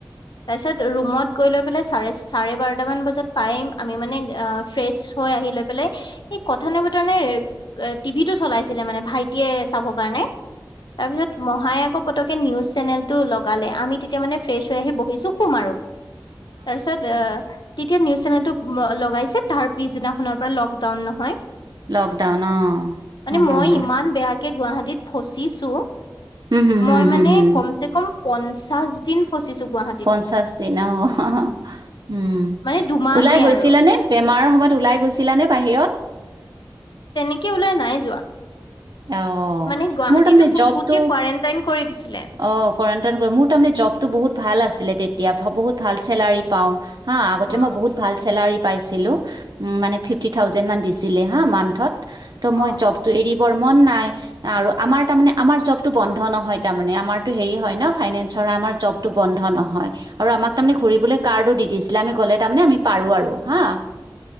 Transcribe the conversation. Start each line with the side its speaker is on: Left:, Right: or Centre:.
Left: তাৰপাছত ৰুমত গৈ ল চাৰে চাৰে বাৰটামান বজাত পায়ে আমি মানে ফ্ৰেচ হৈ আহি লৈ পেলাই কথা নাই বতৰা নাই টিভি টো চলাইছিলে মানে ভাই টিয়ে চাব কাৰণে তাৰপাছত মহাই আকৌ পতকে নিউজ চেনেলটো ল গালে আমি তেতিয়া মানে ফ্ৰেচ হৈ আহি বহিছো শুম আৰু তাৰ পিছত অ তেতিয়া নিউজ চেনেলটো লগাইছে তাৰ পিছদিনাখনৰ পৰা লকডাউন নহয়।
Right: লকডাউন অ
Left: মানে
Right: হম
Left: মই
Right: হম হম।
Left: ইমান বেয়াকে গুৱাহাটীত ফচিছো
Right: হম হম হম
Left: মই
Right: হম
Left: মানে
Right: হম হম
Left: কমচে কম পঞ্চা দিন ফচিছো গুৱাহাটীত
Right: পঞ্চাশ দিন অ অ উম
Left: মানে দুমাহে
Right: ওলাই গৈছিলা
Left: আৰু
Right: নে? বেমাৰৰ সময়ত ওলাই গৈছিলা নে বাহিৰত?
Left: তেনেকে ওলাই নাই যোৱা।
Right: অ মোৰ
Left: মানে গুৱাহাটীতো
Right: টাৰমানে মানে জবটো
Left: গোটেই কোৱাৰেণ্টাইন কৰি দিছিলে।
Right: অ কৰানণ্টে কৰি জবটো বহুত ভাল আছিল তেতিয়া মই বহুত ভাল চেলাৰি পাওঁ। হা আগতে
Left: উম,
Right: মই বহুত ভাল চেলাৰী পাইছিলোঁ মানে ফিফটি থাউজেণ্ডমান দিছিলে হা মান্থত। ত মই
Left: অ',
Right: জবতটো
Left: অ', অ',
Right: এৰিবৰ মন নাই আৰু আমাৰ তাৰমানে আমাৰ জবটো বন্ধ নহয় তামানে আমাৰটো হে হয় ন ফাইনেন্সৰ আমাৰ জবটো বন্ধ নহয় আৰু আমাক তাৰমানে ঘুৰিবলে কাৰ্ডো দি দিছিলে গ'লে তামানে তুমি পাৰো আৰু হা